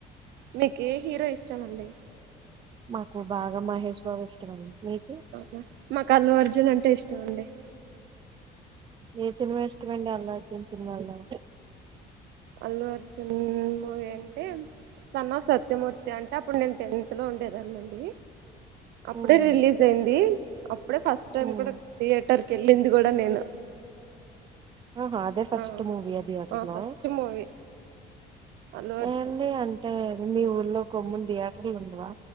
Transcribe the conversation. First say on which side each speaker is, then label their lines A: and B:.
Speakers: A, on the right; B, on the right.
A: మీకే ఏ హీరో ఇష్టమండి.
B: మాకు బాగా మహేష్ బాబు ఇష్టమండి. మీకు
A: అవునా మాక్ అల్లు అర్జున్ అంటే ఇష్ <unintelligible>
B: ఏ సినిమా ఇష్టమండి, అల్లా అర్జున్ వచ్చిన సినిమాలో?
A: అల్లు అర్జున్ మూవీ అంటే, సన్నాఫ్ సత్యమూర్తి అంటే అప్పుడు నేను టెన్త్ లో ఉండేదానండి. అప్పుడే
B: ఉమ్
A: రిలీజ్ అయింది. అప్పుడే ఫస్ట్ టైం
B: ఉమ్
A: కూడా థియేటర్ వెళ్ళింది కూడా నేను
B: ఆహా అదే ఫస్ట్
A: ఆ
B: మూవీయా థియేటర్
A: ఆ
B: లో,
A: ఫస్ట్ మూవీ అల్లు అర్జున్
B: ఏండి అంటే మీ ఊర్లో కొమ్ముం థియేటర్లు ఉండవా?